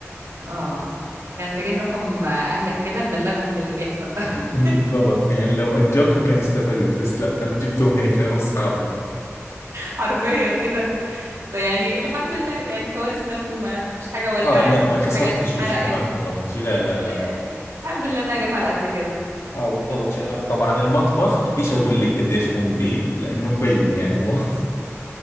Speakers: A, on the right; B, on the left.
A: اه احنا محتاجين رقم آه، اهلك كده نبلغهم باللي بيحصل ده <laughs>
B: <laughs> بالضبط يعني لو أجرته كان استفدت بس لا أنا جبتهم هيك لأنهم أصحابي
A: حرفيا ايه ده طيب يعني الحمد لله يعني كوارث ملمومة مفيش حاجة ولعت
B: اه لا
A: مفيش
B: ما كسرتش
A: حاجة اتحرقت
B: اشي ما خربت اشي لا لا
A: ياه.
B: لا
A: الحمد لله انها جت على قد كده
B: اه بالضبط شغلات طبعا المطبخ بديش اقول لك قديش هو نظيف لانه مبين يعني واضح